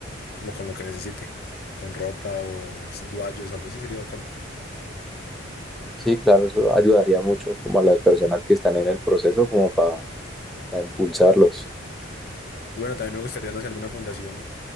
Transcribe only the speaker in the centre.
Sí, claro, eso ayudaría mucho como a las personas que están en el proceso, como para, para impulsarlos.